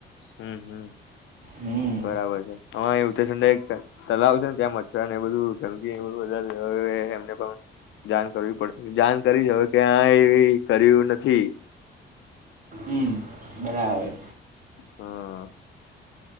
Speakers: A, on the left; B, on the right.
A: હમ્મ-હમ્મ.
B: હમ
A: બરાબર છે આમાં ઉત્તરસંડા તલાવ છે ને ત્યાં મચ્છરાને એ બધું ગંદકી ને બધું એમને પણ જાણ કરવી પડે જાણ કરી હ ક્યાંય એવી કર્યું નથી.
B: હમ્મ બરાબર.
A: હા.